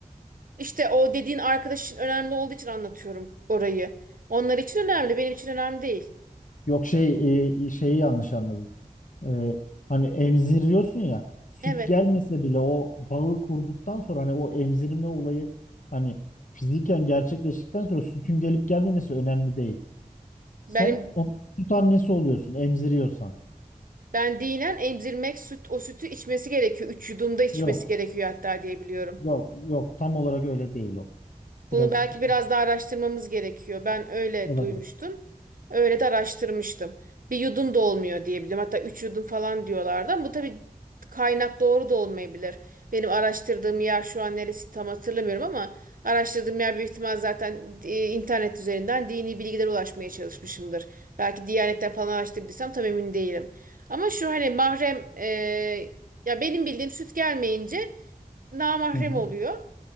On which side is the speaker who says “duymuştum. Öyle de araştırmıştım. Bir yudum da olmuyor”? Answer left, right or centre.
Right